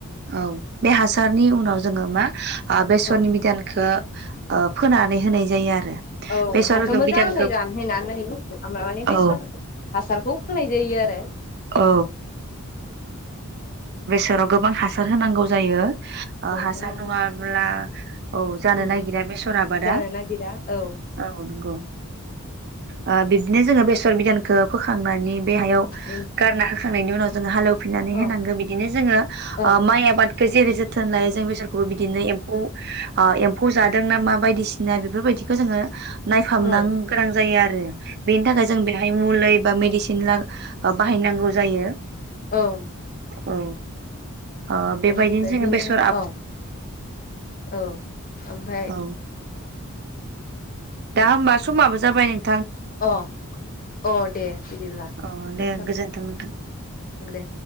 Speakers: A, on the right; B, on the left.
A: औ बे हासार सारनि उनाव जोङो मा ओ बेसरनि
B: अ
A: बिदानखौ ओ फोनानै होनाय जायो आरो।
B: औ
A: बेसर
B: हाखौ मोजाङै
A: बिधानखौ
B: रानहैनानै माने बेसर
A: औ
B: हासारखौ फोनाय जायो आरो।
A: औ जेराव गोबां हासार होनांगौ जायो। औ हासार
B: होनांगौ
A: नङाब्ला
B: जायो
A: औ जानो
B: उम
A: नागिरा बेसर आबादा
B: जानो नागिरा औ
A: औ नंगौ ओ बिदिनो जोङो बेसर बिगियानखौ फोखांनानि बे हायाव
B: औ
A: गारना खांनायनि उनाव जों हालेव फिननानै
B: औ
A: होनांगौ बिदिनो जोङो ओ
B: औ
A: माइ आबाद जेरै जो थोन लायो जों बिसरखौबो बिदिनो एम्फौ ओ एम्फौ जा दोंना मा बायदिसिना बेफोरबायदिखौ जोङो नायफामनां
B: औ
A: गोनां जायो आरो बेनि थाखाय जों बेहाय मुलै बा मेडिसिन ला-बाहायनांगौ जायो।
B: औ
A: औ ओ बेबायदिनो
B: ओमफ्राय
A: जोङो
B: बिनि
A: बेस
B: औ औ ओमफ्राय
A: औ दा होमबा समाबो जाबाय नों
B: अ अ दे बिदिब्ला
A: अ
B: दोनथ'
A: दे गोजोन्थों नोंथां
B: दे।